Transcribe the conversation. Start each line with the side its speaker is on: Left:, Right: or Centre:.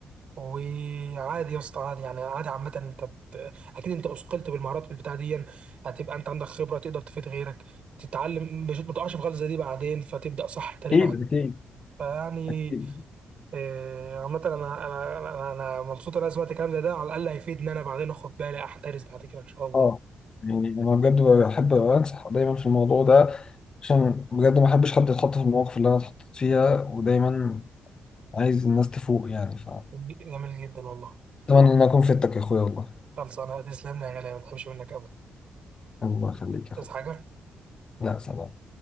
Right: وعادي يا اسطى عادي يعني عادي عامه انت بت... اكيد انت اثقلت بالمهارات بالبتاع دي هتبقى انت عندك خبره تقدر تفيد غيرك تتعلم مش ما تقعش في غلطه زي دي بعدين فتبدا صح تاني
Left: اكيد
Right: لو عدت.
Left: اكيد
Right: فيعني
Left: أكيد.
Right: آه، عامة انا انا انا انا مبسوط ان انا سمعت كلام زي ده على الاقل هيفيدني انا بعدين اخد بالي احترس بعد كده ان شاء الله
Left: اه يعني انا بجد بحب انصح دايما في الموضوع ده عشان بجد ما احبش حد يتحط في المواقف اللي انا اتحطيت فيها ودايما عايز الناس تفوق يعني ف
Right: جميل جدا والله
Left: اتمنى ان أنا اكون فدتك يا اخويا والله
Right: خلص انا تسلم لي يا غالي ما تحبش منك ابدا
Left: الله يخليك يا اخويا
Right: بس حاجة
Left: لا سلام